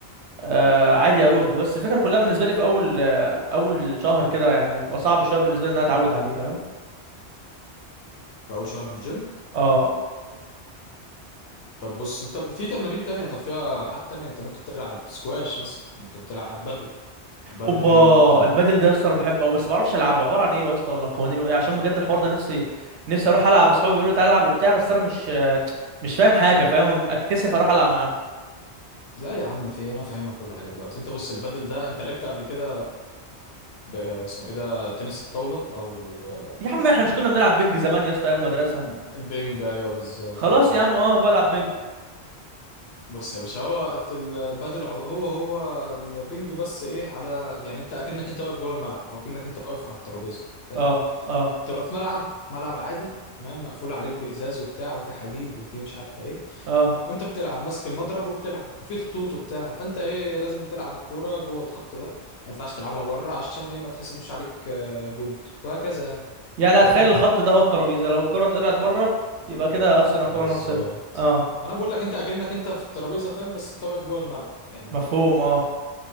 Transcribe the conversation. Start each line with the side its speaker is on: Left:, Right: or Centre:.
Right: آه عادي اروحه
Left: امم
Right: بس الفكرة كلها بالنسبة لي في اول آه، اول شهر كده يعني بيبقى صعب شوية بالنسبة لي ان انا اتعود عليه فاهم
Left: في اول شهر في الجيم
Right: اه
Left: طب بص انت في تمارين تانية طب في العاب تانية انت ممكن تلعب سكواش مثلا ممكن تلعب بدل البدل
Right: اوبا
Left: حلوه جدا برضه
Right: البادل ده يا اسطى انا بحبه قوي بس ما اعرفش العبه عباره عن ايه يا اسطى ولا قوانينه ايه عشان بجد الحوار ده نفسي نفسي اروح العب اصحابي بيقولوا تعالى العب وبتاع بس انا مش مش فاهم حاجه فاهم ممكن اتكسف اروح العب معاهم
Left: لا يا عم في إيه؟ انا فاهمك كل حاجه دلوقتي انت بص البدل ده انت لعبت قبل كده ب- اسمه ايه ده تنس الطاوله او آه،
Right: يا عم احنا مش كنا بنلعب بينج زمان يا اسطى ايام المدرسه
Left: البنج ايوه بالظبط
Right: خلاص
Left: البنج
Right: يا عم اه بلعب بينج
Left: بص يا باشا هو البادل عب... هو هو البنج بس ايه على يعني انت اكنك انت واقف جوه الملعب او اكنك انت واقف على الترابيزه فاهم
Right: اه اه
Left: بتبقى في ملعب ملعب عادي تمام مقفول عليك بازاز وبتاع وفي حديد وفي مش عارفه ايه
Right: اه
Left: وانت بتلعب ماسك المضرب وبتلعب وفي خطوط وبتاع فانت ايه لازم تلعب الكوره جوه الخط ده ما ينفعش تلعبها بره عشان ايه ما تحسبش عليك آه، بوينت وهكذا يعني
Right: يعني
Left: فاهمني
Right: اتخيل الخط ده هو الترابيزه لو الكره طلعت بره يبقى كده اصلا يعتبر
Left: بالظبط
Right: انا خسرت اه
Left: انا بقول لك انت اكنك انت في الترابيزه فاهم بس انت واقف جوه الملعب يعني
Right: مفهوم اه